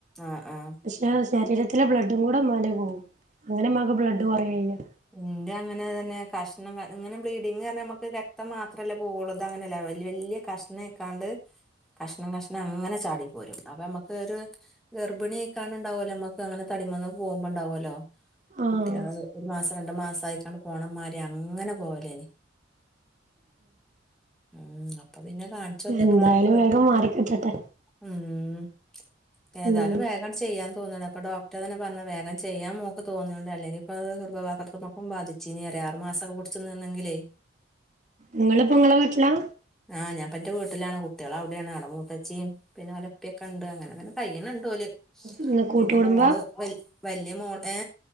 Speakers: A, in the centre; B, on the right.
A: ആഹ് ആഹ്
B: പക്ഷെ ശരീരത്തിലെ ബ്ലഡും കൂടെ ഇമ്മൻ്റെ പോകവും അങ്ങനെ മ്മക്ക് ബ്ലഡ് കുറയയ്യ
A: എന്റെ അങ്ങനെ തന്നെ കഷ്ണം ഇങ്ങനെ ബ്ലീഡിങ് പറ നമുക്ക് രക്തം മാത്രമല്ലേ പോകുള്ളൂ ഇത് അങ്ങനെയല്ല വലിയ വലിയ കഷ്ണംക്കാണ്ട് കഷ്ണം കഷ്ണം അങ്ങനെ ചാടി പോരും അപ്പൊ നമുക്ക് ഒരു. ഗർഭിണിക്കാണ്ടാവുല്ലോമ്മക്ക് അങ്ങനെ തടിമന്ന പോക്പോണ്ടാവുല്ലോ.
B: ആഹ്
A: കുട്ടിള്ളത് ഒരു മാസം രണ്ടു മാസം ആയിക്കാണ്ട് പോണംമാര് അങ്ങനെ പോവലേനി. ഉം അപ്പൊ പിന്നെ കാണിച്ചു നോക്കിയപ്പള്ളാണ്
B: എന്തായാലും
A: ഇപ്പൊ ഇത്.
B: വേഗം മാറിക്കിട്ടട്ടെ
A: ഉം ഏതായാലും
B: ഉം
A: വേഗം ചെയ്യാൻ. തോന്ന ഇപ്പൊ ഡോക്ടറെന്നെ പറഞ്ഞ വേഗം ചെയ്യൻ നോ. ഇപ്പോൾ തോന്നിയൊണ്ട് അല്ലെങ്കി ഇപ്പൊ ആ ഗർഭപാത്രത്മക്കും ബാധിച്ചേനിറയാ ആറുമാസം പുടിച്ചു നിന്നെങ്കിലെ.
B: നിങ്ങളിപ്പൊങ്ങളെ വീട്ടിലാ.
A: അതു ഞൻപ്പ എന്റെ വീട്ടിലാണ് കുട്ടികൾ അവിടെയാണ് അവിടെ മൂത്തചിം പിന്നെ ഓലഇപ്പൊയൊക്കെണ്ട് അങ്ങനെങ്ങനെ. കയ്യിന്ണ്ട് ഓല്
B: ഇന്ന് കൂട്ടുകുടുംബ
A: പിന്നെ മോൾ വല്ലിയ മോള് ഏ